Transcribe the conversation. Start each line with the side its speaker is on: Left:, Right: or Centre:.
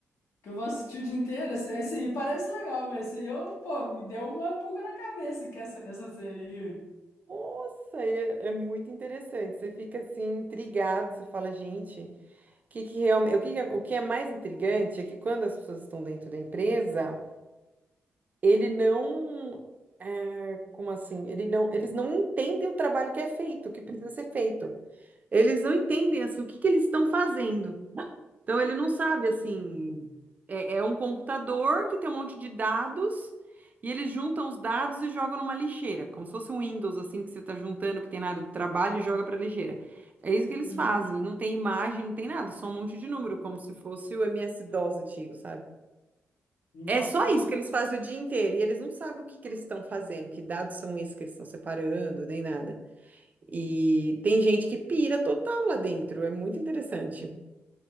Left: Que eu vou assistir o dia inteiro. Esse, esse aí parece legal, mas esse aí eu, pô, me deu uma pulga na cabeça que essa, essa série aí.
Right: Nossa, e é, é muito interessante. Você fica assim, intrigado, você fala, gente. Que, que realmente, o que, que é- o que é mais intrigante é que quando as pessoas estão dentro da empresa, ele não, é, como assim? Ele não, eles não entendem o trabalho que é feito, o que precisa ser feito. Eles não entendem assim, o que, que eles estão fazendo. Então ele não sabe assim. É, é um computador que tem um monte de dados e eles juntam os dados e jogam numa lixeira, como se fosse um Windows assim que você está juntando que tem na área do trabalho e joga para lixeira. É isso que eles
Left: Uhum.
Right: fazem. Não tem imagem, não tem nada, só um monte de número, como se fosse o MS-DOS antigo, sabe?
Left: Nossa,
Right: É só
Left: que
Right: isso
Left: louco.
Right: que eles fazem o dia inteiro e eles não sabem o que que eles estão fazendo, que dados são esses que eles estão separando, nem nada. E tem gente que pira total lá dentro, é muito interessante.